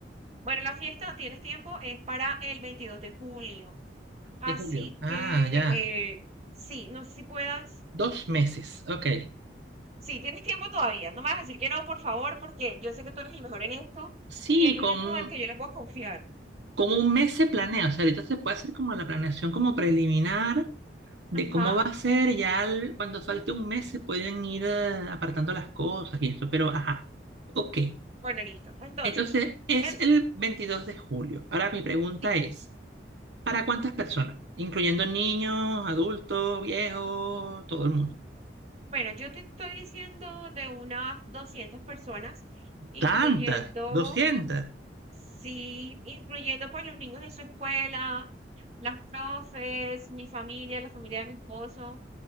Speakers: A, on the right; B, on the right.
A: Bueno, la fiesta, tienes tiempo, es para el 22 de julio, así
B: De julio. Ah,
A: que,
B: ya.
A: eh, sí, no sé si puedas,
B: Dos meses. Ok.
A: sí, tienes tiempo todavía, no me vas a decir que no, por favor, porque yo sé que tú eres el mejor en esto
B: Sí,
A: y el
B: con
A: único
B: un,
A: al que yo le puedo confiar.
B: con un mes se planea. O sea, ahorita se puede hacer como la planeación como preliminar de
A: Ajá,
B: cómo va a ser. Ya al- cuando falte un mes se pueden ir eh, apartando las cosas y eso. Pero, ajá. Ok.
A: bueno, listo. Entonces...
B: Entonces, es
A: Em,
B: el 22 de julio. Ahora mi pregunta
A: Sí,
B: es... ¿Para cuántas personas? Incluyendo niños, adultos, viejos, todo el mundo.
A: bueno, yo te estoy diciendo de unas 200 personas, incluyendo,
B: ¿Tantas? doscientas.
A: sí, incluyendo pues los niños de su escuela, las profes, mi familia, la familia de mi esposo